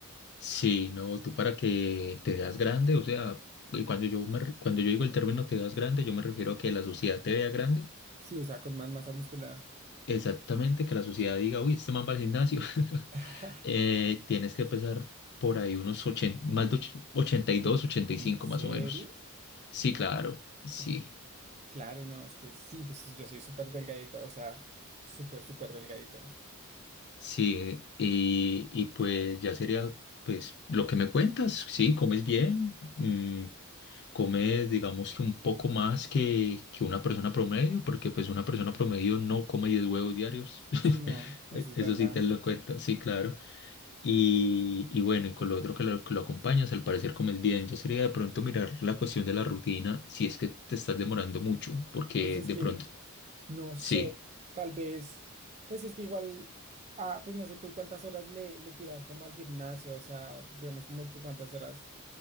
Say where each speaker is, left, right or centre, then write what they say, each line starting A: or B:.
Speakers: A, on the left; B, on the right.
A: Sí, no, tú para que te veas grande, o sea, y cuando yo me re- cuando yo digo el término te veas grande, yo me refiero a que la sociedad te vea grande
B: Sí, o sea, con más masa muscular.
A: Exactamente, que la sociedad diga, uy, este man va al gimnasio, <laughs>
B: <laughs>
A: eh, tienes que pesar por ahí unos 80, más de och- 82, ochenta
B: ¿En
A: y cinco,
B: serio?
A: más o menos. Sí, claro, sí,
B: Uy, claro, no, es que sí, pues yo soy súper delgadito, o sea, súper, súper delgadito.
A: sí, y, y pues ya sería, pues, lo que me cuentas, sí, comes bien, mm, comes, digamos que un poco más que, que una persona promedio, porque pues una persona promedio no come 10 huevos diarios, <laughs>
B: Sí, no, eso
A: eso
B: es verdad.
A: sí te lo cuento, sí, claro. Y, y bueno, y con lo otro que lo, que lo acompañas, al parecer comes bien. Yo sería de pronto mirar la cuestión de la rutina si es que te estás demorando mucho, porque
B: Pues es
A: de
B: que,
A: pronto,
B: No sé,
A: sí,
B: tal vez, pues es que igual, ah, pues no sé tú cuántas horas le, le tiras como al gimnasio, o sea, digamos como tú cuántas horas